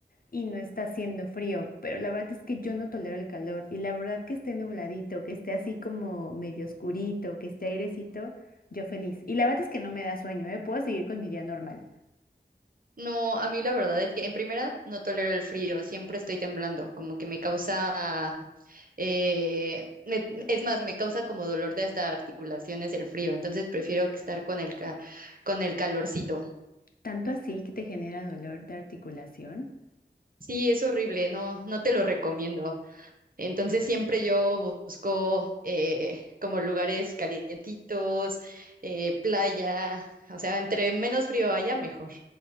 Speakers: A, on the left (about 55°); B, on the right (about 50°).
A: y no está haciendo frío, pero la verdad es que yo no tolero el calor. Y la verdad que esté nubladito, que esté así como medio oscurito, que esté airecito, yo feliz. Y la verdad es que no me da sueño, ¿eh? Puedo seguir con mi día normal.
B: No, a mí la verdad es que en primera no tolero el frío, siempre estoy temblando, como que me causa, eh, me- es más, me causa como dolor de hasta articulaciones el frío, entonces prefiero que estar con el, ca- con el calorcito.
A: Tanto así que te genera dolor de articulación.
B: Sí, es horrible, no, no te lo recomiendo. Entonces siempre yo busco eh, como lugares calientitos, eh, playa, o sea, entre menos frío haya, mejor.